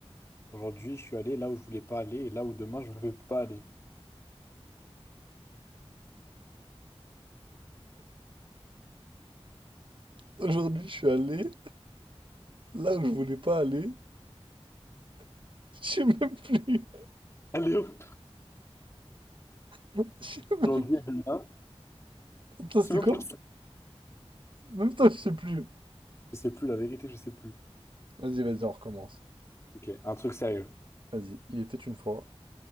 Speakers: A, on the left; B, on the right.
A: Aujourd'hui, je suis allé là où je voulais pas aller et là où demain, je ne veux pas aller.
B: Aujourd'hui, je suis allé là où je voulais pas aller. Je sais même plus.
A: Allez hop.
B: <laughs> Je sais même-
A: Aujourd'hui et demain.
B: Attends,
A: C'est
B: c'était
A: même
B: quoi?
A: pas ça.
B: Même toi, je sais plus.
A: Je sais plus, la vérité, je sais plus.
B: Vas-y, vas-y, on recommence.
A: Ok, un truc sérieux.
B: Vas-y. Il était une fois.